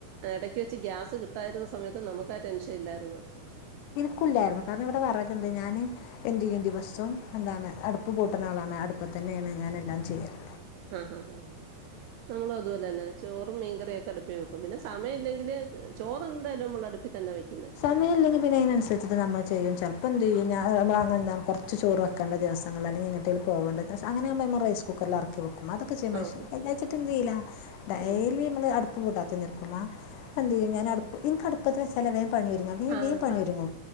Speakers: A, on the right; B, on the left.
A: എടക്ക് വെച്ച് ഗ്യാസ് കിട്ടായിരുന്ന സമയത്ത് നമുക്ക് ആ ടെൻഷൻ ഇല്ലായിരുന്നു
B: ഇനിക്കുല്ലായിരുന്നു കാരണം ഇവിടെ വറകുണ്ട്
A: ആ.
B: ഞാന് എന്ത് ചെയ്യും ദിവസം എന്താണ് അടുപ്പ് പൂട്ടുന്ന ആളാണ് അടുപ്പത്ത് തന്നെയാണ് ഞാൻ എല്ലാം ചെയ്യാറ്
A: ആഹ് ആഹ് നമ്മളും അതുപോലെ തന്നെ ചോറും മീൻകറിയൊക്കെ അടുപ്പി വെക്കും പിന്നെ സമയം ഇല്ലെങ്കില് ചോറ് എന്തായാലും നമ്മൾ അടുപ്പി തന്നെ വെക്കുന്നത്
B: സമയമില്ലെങ്കിൽ പിന്നെ അതിനനുസരിച്ചിട്ട് നമ്മൾ ചെയ്യും ചെലപ്പോ എന്ത് ചെയ്യു ഞാൻ <unintelligible> ചോറ് വെക്കണ്ട ദിവങ്ങൾ അല്ലെ എങ്ങട്ടേലു പോകേണ്ടി അങ്ങനെകുമോ നമ്മ റൈയ്സ് കുക്കറിൽ ഇറക്കും- എറക്കി വെക്കും അതൊക്കെ ചെയ്യും പക്ഷ
A: ആഹ്
B: എല്ലാച്ചിട്ട് എത്നയ്യൂല ഡെലി
A: ഉം
B: നമ്മള് അടു- അടുപ്പ് കൂട്ടാതെ നിക്കും ആ എന്ത് ചെയ്യും ഞാൻ അടുപ്പ എനിക്ക് അടുപ്പ അടുപ്പത്ത് വച്ചാല് വേഗം പണി ഒരുങ്ങു വേഗം
A: ആഹ്
B: വേഗം പണി ഒരുങ്ങും